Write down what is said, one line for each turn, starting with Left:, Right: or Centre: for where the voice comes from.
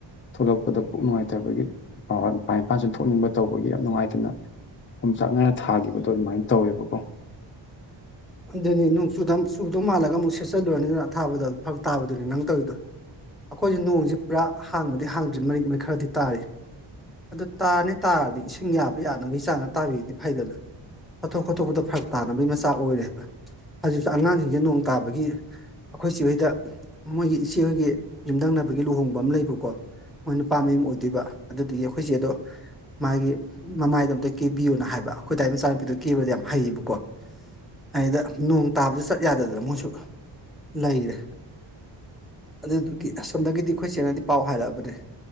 Left: ꯊꯣꯛꯂꯛꯄꯗ ꯄꯨꯛ ꯅꯨꯡꯉꯥꯏꯇꯕꯒꯤ ꯃꯄꯥꯟ ꯏꯄꯥꯥꯟꯁꯤ ꯊꯣꯛꯅꯤꯡꯕ ꯇꯧꯕꯒꯤ ꯌꯥꯝ ꯅꯨꯡꯉꯥꯏꯇꯅ ꯑꯣꯝꯆꯥꯛ ꯅꯥꯔ ꯊꯥꯈꯤꯕꯗꯣ ꯑꯗꯨꯃꯥꯏꯅ ꯇꯧꯋꯦꯕꯀꯣ
Centre: ꯑꯗꯨꯅꯤ ꯅꯣꯡꯆꯨꯗ ꯆꯨꯗꯧ ꯃꯥꯜꯂꯒ ꯑꯃꯨꯛ ꯁꯦꯠꯆꯜꯂꯨꯔꯅꯤꯅ ꯑꯊꯥꯕꯗꯣ ꯐꯛ ꯇꯥꯕꯗꯨꯅꯤ ꯅꯪ ꯇꯧꯔꯤꯗꯣ ꯑꯩꯈꯣꯏꯁꯨ ꯅꯣꯡꯁꯦ ꯄꯨꯔꯥ ꯍꯥꯡꯕꯗꯤ ꯍꯥꯡꯗ꯭ꯔꯤ ꯃꯔꯤꯛ ꯃꯔꯤꯛ ꯈꯔꯗꯤ ꯇꯥꯔꯤ ꯑꯗꯨ ꯇꯥꯔꯅꯤ ꯇꯥꯔꯗꯤ ꯏꯁꯤꯡ ꯌꯥꯕ ꯌꯥꯅꯕꯒꯤ ꯆꯥꯡꯗ ꯇꯥꯕꯤꯔꯗꯤ ꯐꯩꯗꯅ ꯆꯠꯊꯣꯛ ꯈꯣꯠꯊꯣꯛꯄꯗ ꯐꯔꯛ ꯇꯥꯅꯕꯒꯤ ꯃꯆꯥꯛ ꯑꯣꯏꯔꯦꯕ ꯍꯧꯖꯤꯛꯁꯨ ꯑꯉꯥꯡꯁꯤꯡꯁꯦ ꯅꯣꯡ ꯇꯥꯕꯒꯤ ꯑꯩꯈꯣꯏ ꯆꯦꯍꯣꯏꯗ ꯃꯣꯏꯒꯤ ꯏꯆꯦꯍꯣꯏꯒꯤ ꯌꯨꯝꯊꯪꯅꯕꯒꯤ ꯂꯨꯍꯣꯡꯕ ꯑꯃ ꯂꯩꯕꯀꯣ ꯃꯣꯏ ꯅꯨꯄꯥ ꯃꯌꯨꯝ ꯑꯣꯏꯗꯣꯏꯕ ꯑꯗꯨꯗꯤ ꯑꯩꯈꯣꯏ ꯆꯦ ꯑꯗꯣ ꯃꯥꯒꯤ ꯃꯃꯥꯏꯗꯣ ꯑꯝꯇ ꯀꯦꯕꯤꯌꯣꯅ ꯍꯥꯏꯕ ꯑꯩꯈꯣꯏ ꯇꯥ ꯃꯆꯥꯅꯨꯄꯤꯗꯣ ꯀꯦꯕꯗ ꯌꯥꯝ ꯍꯩꯌꯦꯕꯀꯣ ꯑꯩꯗ ꯅꯣꯡ ꯇꯥꯕꯁꯨ ꯆꯠ ꯌꯥꯗꯗꯅ ꯃꯣꯏꯁꯨ ꯂꯩꯔꯦ ꯑꯗꯨꯗꯨꯒꯤ ꯑꯁꯣꯝꯗꯒꯤꯗꯤ ꯑꯩꯈꯣꯏ ꯆꯦꯅꯗꯤ ꯄꯥꯎ ꯍꯥꯏꯔꯛꯑꯕꯅꯦ